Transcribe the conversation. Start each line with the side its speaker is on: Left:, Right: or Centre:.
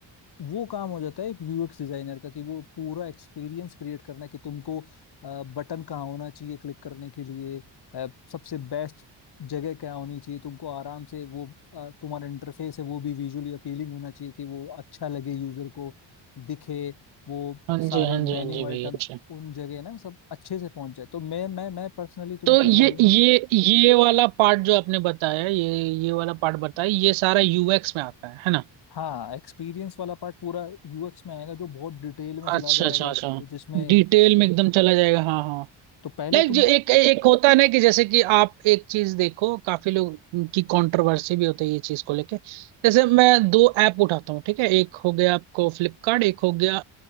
Left: वो काम हो जाता है एक यूएक्स डिजाइनर का कि वो पूरा एक्सपीरियंस क्रिएट करना है कि तुमको बटन कहाँ होना चाहिए क्लिक करने के लिए अ, सबसे बेस्ट जगह क्या होनी चाहिए तुमको आराम से वो अ, तुम्हारा इंटरफेस है वो भी विजुअली अपीलिंग होना चाहिए कि वो अच्छा लगे यूजर को दिखे वो
Right: हाँ
Left: सारे
Right: जी हाँ
Left: मेन्यू
Right: जी हाँ जी
Left: आइटम्स
Right: भाई अच्छा
Left: उन जगह ना सब अच्छे से पहुंच जाए तो मैं मैं मैं पर्सनली तुमको
Right: तो ये
Left: बोलूंगा
Right: ये ये वाला पार्ट जो आपने बताया ये ये वाला पार्ट बताया ये सारा यूएक्स में आता है है ना
Left: हाँ एक्सपीरियंस वाला पार्ट पूरा यूएक्स में आएगा जो बहुत डिटेल में चला
Right: अच्छा
Left: जाएगा
Right: अच्छा अच्छा
Left: तो जिसमें
Right: डिटेल में एकदम चला जाएगा हाँ हाँ
Left: तो पहले
Right: लाइक
Left: तुमको
Right: जो एक एक होता है ना कि जैसे कि आप एक चीज देखो काफी लोग की कंट्रोवर्सी भी होती है ये चीज को लेके जैसे मैं दो ऐप उठाता हूँ ठीक है एक हो गया आपको फ्लिपकार्ट एक हो गया